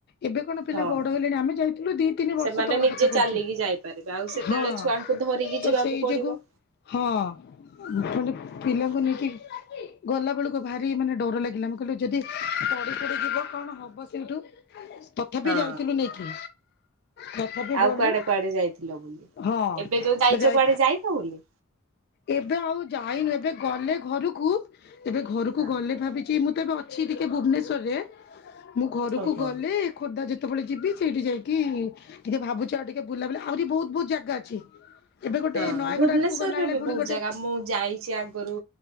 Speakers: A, on the left (about 50°); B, on the right (about 80°).
A: ଏବେ କଣ ପିଲା
B: ହଁ।
A: ବଡ ହେଲେଣି ଆମେ ଯାଇଥିଲୁ ଦି ତିନି ବର୍ଷ
B: ସେମାନେ
A: ତଳ
B: ନିଜେ
A: କଥା କହୁଛୁ
B: ଚାଲିକି ଯାଇପାରିବେ ଆଉ ସେତେବେଳେ
A: ହଁ।
B: ଛୁଆଙ୍କୁ ଧରିକି
A: ତ
B: ଯିବାକୁ
A: ସେଇ
B: ପଡିବ।
A: ଯୋଗୁ ହଁ ମଣ୍ଡେ ପିଲାଙ୍କୁ ନେଇକି ଗଲାବେଳକୁ ଭାରି ମାନେ ଡର ଲାଗିଲା ମୁଁ କହିଲି ଯଦି ପଡ଼ି ପଡ଼ିଯିବ କଣ ହେବ ସେଇଠୁ ତଥାପି
B: ହଁ
A: ଯାଇଥିଲୁ ନେଇକି। ତଥାପି
B: ଆଉ
A: ଗଲୁ
B: କୁଆଡେ କୁଆଡେ ଯାଇଥିଲ ବୋଲି
A: ହଁ
B: ଏବେ ଯୋଉ ଯାଇଛ
A: ତ ଯାଇ
B: କୁଆଡେ ଯାଇନ ବୋଲି?
A: ଏବେ ଆଉ ଯାଇନୁ ଏବେ ଗଲେ ଘରକୁ ଏବେ ଘରକୁ
B: ହଁ
A: ଗଲେ ଭାବିଛି ମୁଁ ବେ ଅଛି ଟିକେ ଭୁବନେଶ୍ୱରରେ ମୁଁ ଘରକୁ
B: ଓହୋ।
A: ଗଲେ ଖୋର୍ଦ୍ଧା ଯେତେବେଳେ ଯିବି ସେଇଠି ଯାଇକି ଟିକେ ଭାବୁଛ ଆଉ ଟିକେ ବୁଲାବୁଲି ଆହୁରି ବହୁତ ବହୁତ ଜାଗା ଅଛି ଏବେ ଗୋଟେ
B: ହଁ
A: ନୟାଗଡ
B: ଭୁବନେଶ୍ଵରରେ
A: ଆଡକୁ ଗଲାବେଳେ
B: ବି
A: ପୁଣି
B: ବହୁତ
A: ଗୋଟେ
B: ଜାଗା ମୁଁ ଯାଇଛି ଆଗରୁ